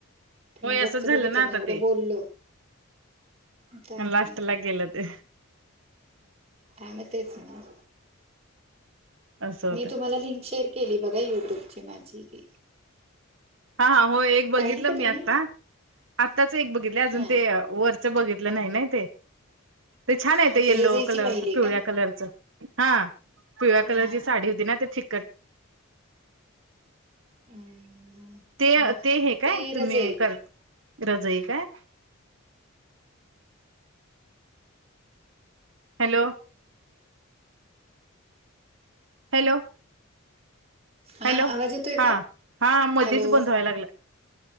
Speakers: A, on the right; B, on the right.
A: होय
B: मगच
A: असंच झालं
B: बघितलं
A: आता
B: ना एवढं
A: ते
B: बोललो त्यामुळे
A: लास्टला गेलं ते
B: आ म तेच ना
A: असं
B: मी
A: होतं
B: तुम्हाला लिंक शेअर केली बघा युट्यूबची माझी की
A: हा हो एक बघितलं
B: पाहिली का तुम्ही
A: मी आत्ता आत्ताच एक बघितले अजून
B: हा
A: ते वरचं बघितलं नाही नाही ते ते छान आहे
B: अच्छा
A: ते येल्लो
B: रजईची
A: कलरच
B: पाहिली
A: पिवळ्या
B: का
A: कलरचं हा पिळ्या कलरची
B: हा
A: साडी होती ना ते चिकट
B: हम्म
A: ते
B: हा हा
A: ते हे काय
B: ते
A: तुम्ही
B: रजई
A: कर रजई काय हॅलो. हॅलो.
B: हा
A: हॅलो,
B: आवाज येतोय
A: हा
B: का
A: हा मधीच
B: हॅलो
A: बंद व्हायलागलाय.